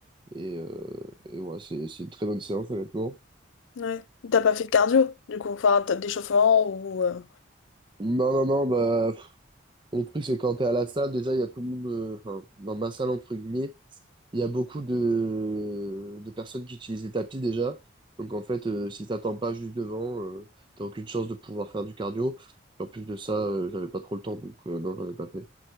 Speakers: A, on the right; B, on the left.
A: et, euh, et ouais, c'est c'est une très bonne séance honnêtement.
B: Ouais. T'as pas fait de cardio, du coup, enfin, t'as d'échauffement ou... euh,
A: Non non non bah pff, le truc c'est quand t'es à la salle déjà il y a tout le monde euh, enfin dans ma salle entre guillemets il y a beaucoup de de personnes qui utilisent les tapis déjà donc en fait euh, si t'attends pas juste devant euh, t'as aucune chance de pouvoir faire du cardio en plus de ça euh, j'avais pas trop le temps donc euh, non j'en ai pas fait